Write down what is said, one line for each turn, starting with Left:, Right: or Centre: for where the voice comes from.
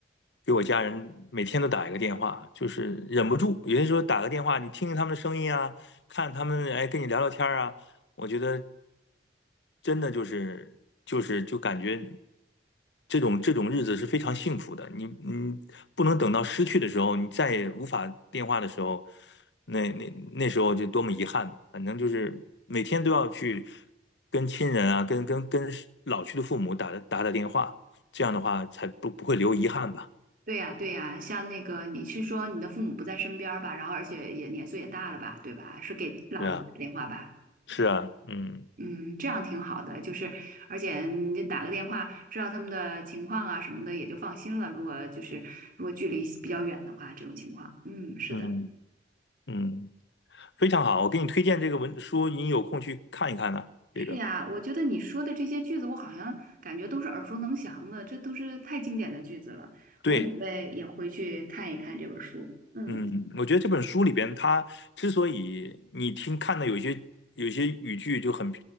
Left: 给我家人每天都打一个电话，就是忍不住。有些时候打个电话，你听听他们的声音啊，看他们哎跟你聊聊天儿啊，我觉得真的就是就是就感觉这种这种日子是非常幸福的。你你不能等到失去的时候，你再也无法电话的时候，那那那时候就多么遗憾。反正就是每天都要去跟亲人啊，跟跟跟老去的父母打打打电话，这样的话才不不会留遗憾吧？
Right: 对呀对呀，像那个你是说你的父母不在身边儿吧，然后而且也年岁也大了吧，对吧？是给老人打电话吧？
Left: 对啊，是啊，嗯
Right: 嗯，这样挺好的，就是而且你就打个电话，知道他们的情况啊什么的，也就放心了。如果就是如果距离比较远的话，这种情况，嗯，是的，
Left: 嗯嗯，非常好，我给你推荐这个文书，你有空去看一看呢、
Right: 是呀，
Left: 这个
Right: 我觉得你说的这些句子，我好像感觉都是耳熟能详的，这都是太经典的句子了。我准备也回去看一看这本书。
Left: 对，
Right: 嗯，
Left: 嗯，我觉得这本书里边，它之所以你听看的有一些有一些语句就很，